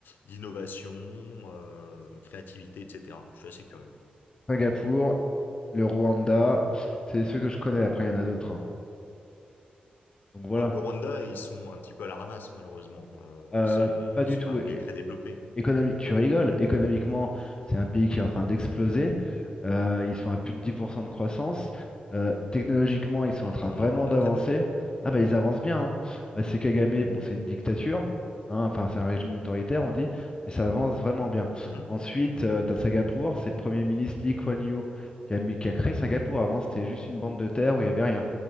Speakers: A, on the left; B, on the left.
A: d'innovation, euh, créativité, etc. Je suis assez curieux.
B: Singapour, le Rwanda, c'est ceux que je connais. Après, il y en a d'autres. hein. Donc voilà.
A: Ouais, le Rwanda, ils sont un petit peu à la ramasse malheureusement. Euh,
B: Euh,
A: c'est
B: pas du
A: c'est
B: tout.
A: pas un pays très développé.
B: Économique, tu rigoles, économiquement, c'est un pays qui est en train d'exploser. Euh, ils sont à plus de 10% de croissance. Euh, technologiquement, ils
A: Ouais,
B: sont
A: Mais
B: en
A: attends,
B: train vraiment
A: ils partent
B: d'avancer.
A: de très bas.
B: Ah bah ils avancent bien. hein. Bah, c'est Kagame, bon, c'est une dictature. hein, Enfin, c'est un régime autoritaire, on dit, mais ça avance vraiment bien.
A: Mhm,
B: Ensuite, euh, t'as Singapour, c'est le premier ministre Lee Kuan Yew qui a mis- qui a créé Singapour. Avant, c'était juste une bande de terre où il n'y avait rien.